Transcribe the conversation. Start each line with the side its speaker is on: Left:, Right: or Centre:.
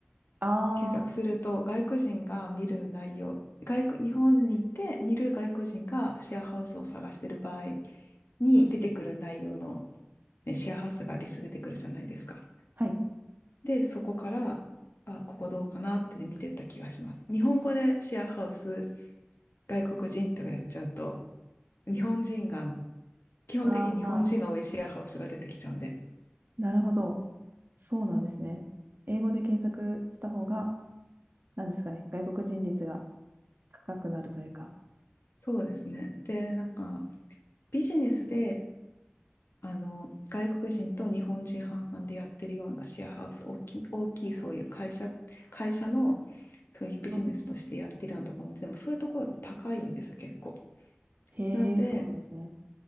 Right: ああ、
Left: 検索すると、外国人が見る内容、外国、日本にいて、いる外国人がシェアハウスを探してる場合に出てくる内容の、ね、シェアハウスがリスト出てくるじゃないですか。
Right: はい。
Left: で、そこから、あ、ここどうかなって見てった気がします。日本語でシェアハウス、外国人ってやっちゃうと、日本人が、基本的に日本人が多いシェアハウスが出てきちゃうんで。
Right: ああ、なるほど。そうなんですね。英語で検索した方が、なんですかね、外国人率が高くなるというか。
Left: そうですね。で、なんか、ビジネスで、あの、外国人と日本人半々でやってるようなシェアハウス、大きい、大きいそういう会社、会社の、そういうビジネスとしてやってるようなところも、
Right: あー
Left: でもそういうところだと高いんですよ、結構。
Right: へえ、
Left: なんで、
Right: そうなんですね。